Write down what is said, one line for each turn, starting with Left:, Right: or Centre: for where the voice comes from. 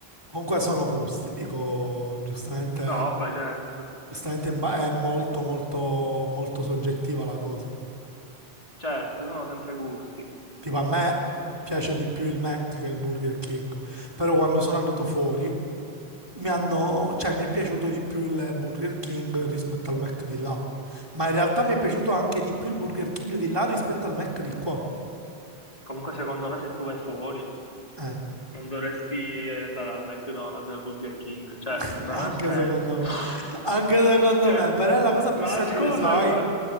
Right: comunque sono gusti. Dico, giustamente...
Left: No, vabbè, certo,
Right: Giustamente in ba- è molto molto molto soggettiva la cosa.
Left: certo, sono sempre gusti.
Right: Tipo a me piace di più il Mac che il Burger King, però quando sono andato fuori mi hanno, cioè mi è piaciuto di più il Burger King rispetto al Mac di là. Ma in realtà mi è piaciuto anche di più il Burger King di là rispetto al Mac di qua.
Left: Comunque, secondo me, se tu vai fuori,
Right: Eh,
Left: non dovresti andare al McDonald's, al Burger King. Cioè,
Right: <laughs>
Left: non
Right: anche
Left: ha senso.
Right: secondo
Left: <laughs>
Right: me. Anche secondo
Left: Cioè,
Right: me, però è la cosa
Left: ma
Right: più semplice,
Left: scusami,
Right: sai?
Left: ma...